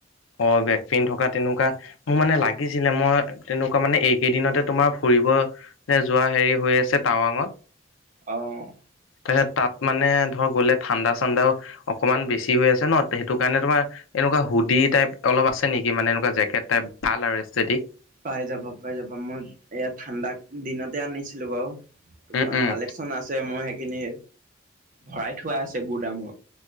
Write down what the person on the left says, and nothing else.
অ'বেক প্ৰিন্ট থকা তেনেকুৱা মো মানে লাগিছিলে, মই তেনেকুৱা মানে এইকেইদিনতে তোমাৰ ফুৰিব লে যোৱা হেৰি হৈ আছে টাৱাঙত।
তাৰপিছত, তাত মানে ধৰ গ'লে ঠাণ্ডা চাণ্ডাও অকনমান বেছি হৈ আছে ন? তে সেইটো কাৰণে তোমাৰ এনেকুৱা হুদিত টাইপ অলপ আছে নেকি? মানে এনেকুৱা জেকেট টাইপ ভাল আৰু এষ্ঠেটিক।
উম উম